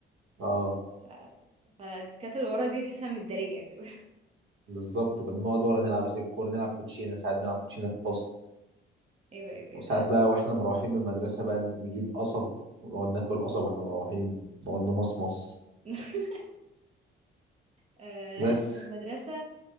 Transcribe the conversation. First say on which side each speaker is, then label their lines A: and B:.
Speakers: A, on the right; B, on the right.
A: اه
B: آه، فالديسكات اللي ورا دي تحسها متدارية كده
A: بالظبط كنا نقعد ورا نلعب اسئله الكوره نلعب كوتشينه ساعات نلعب كوتشينه في الفصل
B: <laughs> ايه ده ايه ده ايه
A: وساعات
B: ده لا
A: بقى واحنا مروحين من المدرسه بقى نجيب قصب ونقعد ناكل قصب واحنا مروحين نقعد نمصمص
B: <laughs> آه،
A: بس
B: احنا المدرسة